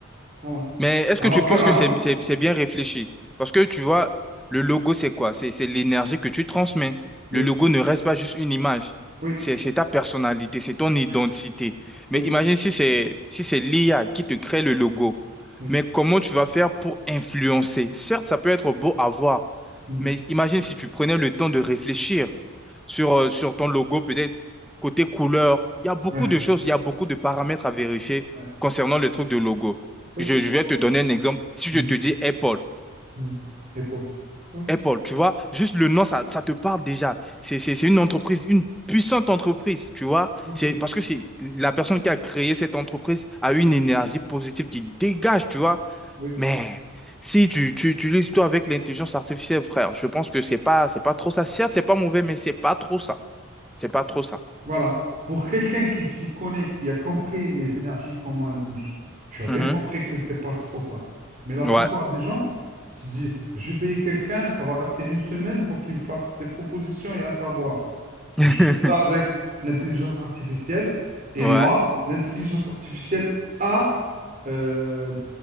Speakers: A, on the right; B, in the centre.
A: Voilà.
B: Mais est-ce
A: Alors
B: que tu
A: qu'avant,
B: penses que c'est c'est- c'est bien réfléchi? Parce que tu vois, le logo, c'est quoi? C'est c'est l'énergie que tu transmets.
A: oui,
B: Le logo ne reste pas juste une image.
A: oui,
B: C'est c'est ta personnalité, c'est ton identité.
A: oui,
B: Mais
A: oui,
B: imagine si c'est si c'est l'IA qui te crée le logo.
A: oui,
B: Mais comment tu vas faire pour influencer? Certes, ça peut être beau à voir,
A: hmm,
B: mais imagine si tu prenais le temps de réfléchir sur, euh, sur ton logo, peut-être côté couleur. Il y a beaucoup
A: ouais,
B: de choses, il y a beaucoup de paramètres à vérifier
A: ouais,
B: concernant le truc de logo.
A: oui.
B: Je, je vais
A: Oh,
B: te donner un exemple. Si je
A: hmm,
B: te dis Apple,
A: hmm. Épaule. Oui,
B: Apple, tu vois, juste le nom, ça, ça te parle déjà. C'est, c'est, c'est une entreprise, une puissante entreprise, tu vois.
A: ok,
B: C'est parce que c'est la personne qui a créé cette entreprise a une énergie positive qui dégage, tu vois.
A: oui.
B: Mais si tu, tu utilises tout avec l'intelligence artificielle, frère, je pense que c'est pas, c'est pas trop ça. Certes, c'est pas mauvais, mais c'est pas trop ça. C'est pas trop ça.
A: Voilà. Pour quelqu'un qui s'y connaît, qui a compris les énergies, comment elles bougent, tu as bien
B: Mhm.
A: compris que c'était pas trop ça. Mais la plupart
B: Ouais.
A: des gens se disent, je vais payer quelqu'un, ça va rester une semaine pour qu'il me fasse des propositions et à savoir.
B: <laughs>
A: Je fais ça avec l'intelligence artificielle. Et
B: Ouais,
A: là, l'intelligence artificielle a euh,